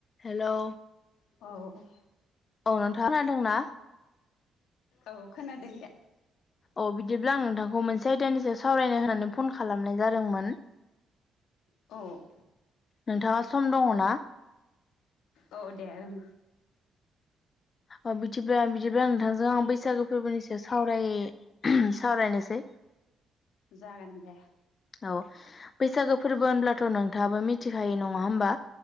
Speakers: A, on the left (about 40°); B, on the left (about 80°).
A: हेल'
B: औ
A: औ नोंथाङ खादोंना
B: औ खोनादों दे
A: अ बिदिब्ला आं नोंथांखौ मोनसे आयदानि सायाव सावरायनो होनानै फन खालामनाय जादोंमोन
B: औ
A: नोंथाङा सम दङ ना
B: औ दे उम
A: अ बिदिब्ला बिदिब्ला नोंथांजों आं बैसागो फोरबोनि सायाव सावराय सावरायनोसै <unintelligible>
B: जागोन दे
A: औ बैसागो फोरबो होनब्लाथ' नोंथाङाबो मिथिखायो नङा होमबा